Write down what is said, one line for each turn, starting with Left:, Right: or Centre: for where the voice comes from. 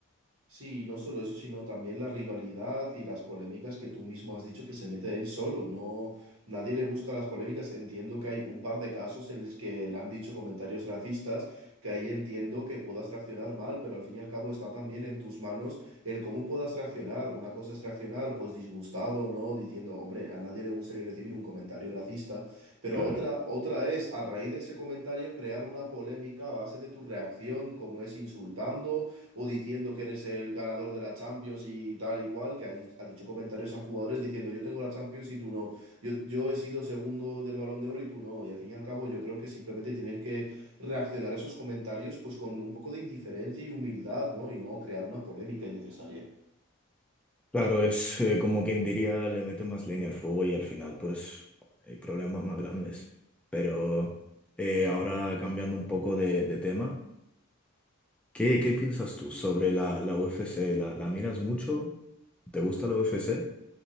Right: Sí, no solo eso, sino también la rivalidad y las polémicas que tú mismo has dicho que se mete él solo. No, nadie le busca las polémicas. Entiendo que hay un par de casos en los que le han dicho comentarios racistas, que ahí entiendo que puedas reaccionar mal, pero al fin y al cabo está también en tus manos el cómo puedas reaccionar. Una cosa es reaccionar, pues disgustado, ¿no? Diciendo, hombre, a nadie le gustaría recibir un comentario racista, pero
Centre: Claro.
Right: otra, otra es, a raíz de ese comentario, crear una polémica a base de tu reacción, como es insultando o diciendo que eres el ganador de la Champions y tal y cual, que ha, di- ha dicho comentarios a jugadores diciendo yo tengo la Champions y tú no, yo, yo he sido segundo del Balón de Oro y tú no, y al fin y al cabo yo creo que simplemente tienes que reaccionar a esos comentarios pues con un poco de indiferencia y humildad, ¿no? Y no crear una polémica innecesaria.
Centre: Claro, es eh, como quien diría, le mete más leña al fuego y al final pues hay problemas más grandes. Pero eh, ahora cambiando un poco de, de tema, ¿qué, qué piensas tú sobre la, la UFC? ¿La, la miras mucho? ¿Te gusta la UFC?